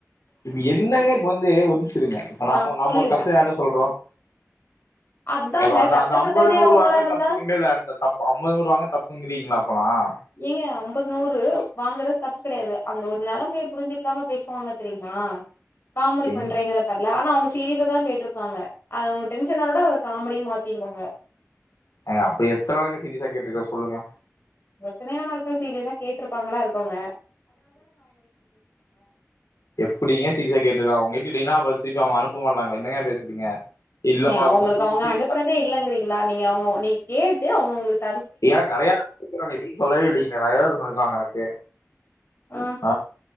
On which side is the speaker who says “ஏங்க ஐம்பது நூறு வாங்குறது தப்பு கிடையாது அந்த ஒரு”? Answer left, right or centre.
Left